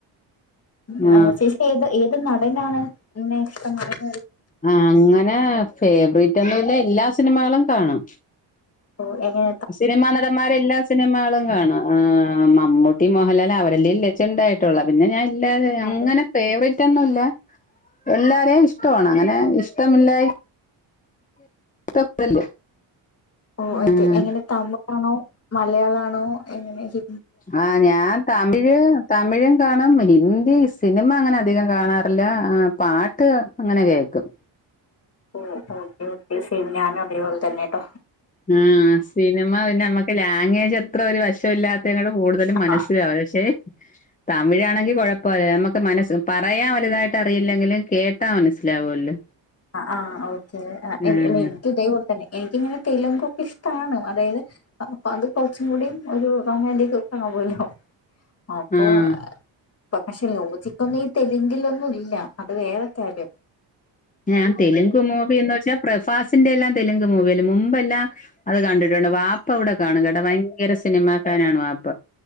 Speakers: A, on the left; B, on the left.
A: ഉം
B: ആഹ്
A: ഏഹ് ചേച്ചിക്ക് ഏത് ഏത് നടനാണ് ന്നെ ഇഷ്ടം ന
B: ആങ്ങനെ ഫേവറേറ്റ് ഒന്നുല്ല എല്ലാ സിനിമകളും കാണും
A: ഓഹ് എങ്ങ
B: സിനിമാ നടന്മാരെല്ലാസ് സിനിമകളും കാണും ആഹ് മമ്മൂട്ടി മോഹൻലാല് അവരെല്ലേ ഇല്ല ചെണ്ടായിട്ടുള്ള പിന്നെ ഞാൻ എ ല്ലേലു അങ്ങനെ
A: അതെ
B: ഫേവററ്റ് ഒന്നുംല്ല എല്ലാരേം ഇഷ്ടവാണ് അങ്ങനെ ഇഷ്ടമില്ലായി <unintelligible>
A: ഓഹ്
B: ഉം
A: ഓക്കെ എങ്ങനെ തമിഴാണോ മലയാളാണോ എങ്ങനെ ഹി
B: ആഹ് ഞാൻ തമിഴ് തമിഴും കാണും ഹിന്ദി സിനിമ അങ്ങനെ അധികം കാണാറില്ല ആഹ് പാട്ട് അങ്ങനെ കേൾക്കും.
A: ഓഹ് ഓക്കെ ഓക്കെ സേം ഞാനും അതേപോലെ തന്നെട്ടോ.
B: ആഹ് സിനിമ പിന്നെ നമ്മക്ക് ലാംഗ്വേജ് എത്ര ഒരു വശംമില്ലാത്ത ത്യങ്ങൾ കൂടുതലും മനസ്സിലാവ്
A: ആ
B: ല പക്ഷെ തമിഴാണെങ്കി കുഴപ്പല്ല നമുക്ക് മനസ് പറയാം വലുതായിട്ട് അറിയില്ലെങ്കിലും കേട്ടാ മനസ്സിലാവുല്ലോ.
A: ആഹ് ആഹ് ഓക്കേ അല്ല
B: ആഹ്
A: എനിക്ക് ഇതേപോൽ തന്നെ എനിക്കിങ്ങനെ തെലുങ്ക്ക്കെ ഇഷ്ടാണ് അതായത് അപ്പൊ അത് കുറച്ചും കൂടിയും ഒരു റൊമാന്റിക് ഒക്ക ആവുല്ലോ അപ്പൊ
B: ആഹ്
A: പ്രൊഫക്ഷെ ലൊജിക്കൊന്നീ തല്ലെങ്കിലൊന്നും ഇല്ല അത് വേറെക്കാര്യം.
B: ഏഹ് ഞാൻ തെലുങ്ക് മൂവി എന്ന് വെച്ചാ. പ്രഫാസിന്റെ എല്ലാം തെലുങ്ക് മൂവിയൽ മുമ്പെല്ലാം അത് കണ്ടിട്ടുണ്ട് വാ പ്പ വിടെ കാണ കേട്ടാ ഭയങ്കര സിനിമാഫാനാണ് വാപ്പ